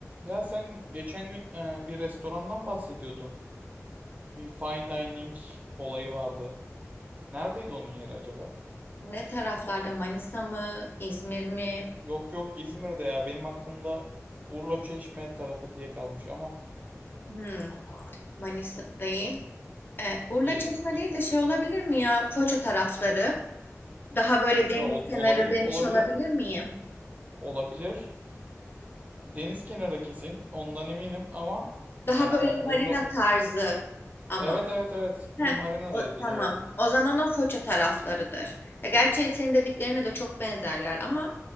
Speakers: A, on the right (about 30°); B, on the left (about 40°).
A: Ya sen geçen gün e, bir restorandan bahsediyordun. Bir fine dining olayı vardı. Neredeydi onun yeri acaba?
B: Ne taraflarda? Manisa mı? İzmir mi?
A: Yok yok İzmir'de ya. Benim aklımda Urla Çeşme tarafı diye kalmış ama
B: Hmm, Manisa değil. Ee, Urla
A: değil.
B: Çeşme
A: İzmir.
B: değil de şey olabilir mi ya? Foça tarafları. Daha böyle
A: Foça
B: deniz
A: ol- olabilir,
B: kenarı demiş
A: olabilir,
B: olabilir miyim?
A: olabilir. Deniz kenarı kesin. Ondan eminim ama
B: Daha
A: e,
B: böyle marina
A: Urla...
B: tarzı ama.
A: Evet evet evet. Bir
B: Heh,
A: marinadaydı
B: o, tamam.
A: doğru.
B: O zaman o Foça taraflarıdır. Ya gerçi senin dediklerine de çok benzerler ama